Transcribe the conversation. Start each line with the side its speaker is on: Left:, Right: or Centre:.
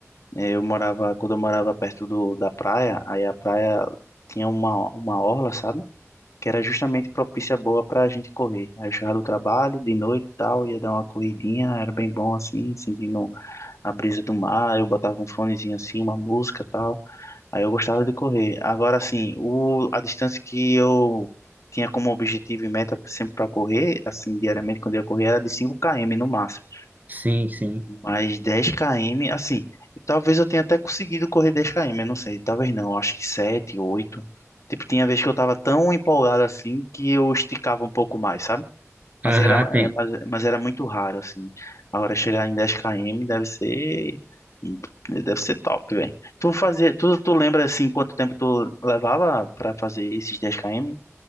Left: né? Eu morava, quando eu morava perto do, da praia, aí a praia tinha uma, uma orla, sabe? Que era justamente propícia boa pra gente correr. Aí eu chegava do trabalho, de noite e tal, ia dar uma corridinha, era bem bom assim, sentindo a brisa do mar. Eu botava um fonezinho assim, uma música e tal. Aí eu gostava de correr. Agora, assim, o, a distância que eu tinha como objetivo e meta sempre para correr, assim, diariamente quando eu ia correr, era de 5 km no máximo.
Right: sim, sim.
Left: Mas 10 km, assim, talvez eu tenha até conseguido correr 10 km, eu não sei, talvez não, acho que 7, 8. Tipo, tinha vez que eu tava tão empolgado assim que eu esticava um pouco mais, sabe? Mas
Right: Aham,
Left: era,
Right: tem.
Left: é, mas, mas era muito raro, assim. Agora chegar em 10 km deve ser. Deve ser top, velho. Tu fazia, tu, tu lembra assim quanto tempo tu levava pra fazer esses 10 km?